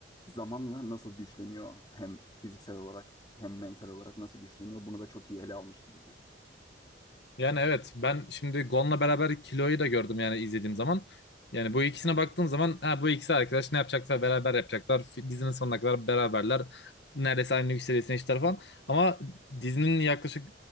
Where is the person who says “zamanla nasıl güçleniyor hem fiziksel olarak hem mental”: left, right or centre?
Left